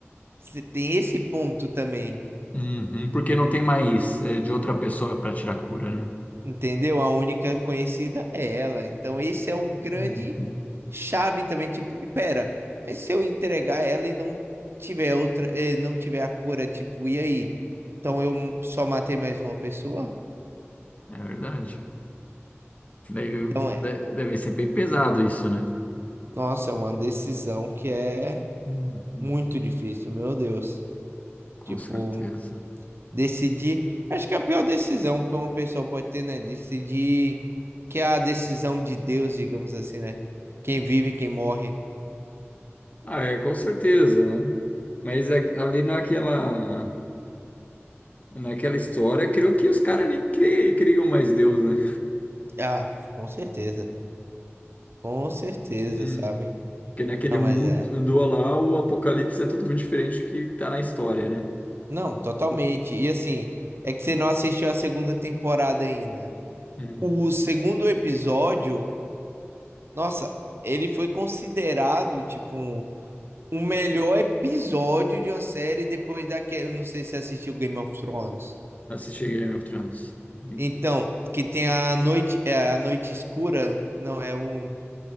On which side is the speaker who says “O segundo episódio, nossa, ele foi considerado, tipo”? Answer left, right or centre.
Right